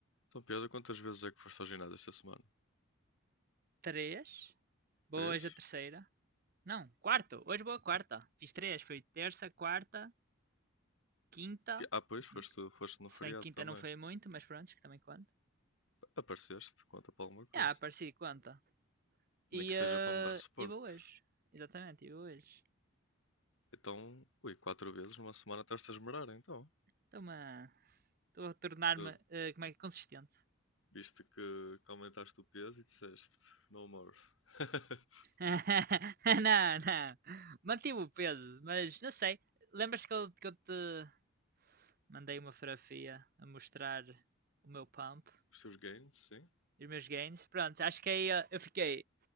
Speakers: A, on the left; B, on the right.
A: Então, Pedro, quantas vezes é que foste ao ginásio esta semana?
B: Três. Boa
A: Três?
B: hoje é a terceira. Não, quarto. Hoje boa quarta. Fiz três. Foi terça, quarta, quinta.
A: Que- Ah, pois, foste,
B: Hum,
A: foste no
B: Se
A: feriado
B: bem que quinta
A: também.
B: não foi muito, mas pronto, que também conta.
A: Apareceste, conta para alguma coisa.
B: Já, yeah, apareci, conta.
A: Nem
B: E,
A: que seja
B: eh,
A: para me dar suporte.
B: e boa hoje. Exatamente, e boa hoje.
A: Então, ui, quatro vezes numa semana estás-te a esmerar, então.
B: Estou-me a... Estou a tornar-me,
A: Tu
B: eh, como é que é, consistente.
A: viste que, que aumentaste o peso e disseste, no more. <laughs>
B: <laughs> não, não. Mantive o peso, mas não sei. Lembras-te que eu, que eu te mandei uma fotografia a mostrar o meu pump?
A: Os teus gains, sim.
B: os meus gains. Pronto, acho que aí eh, eu fiquei.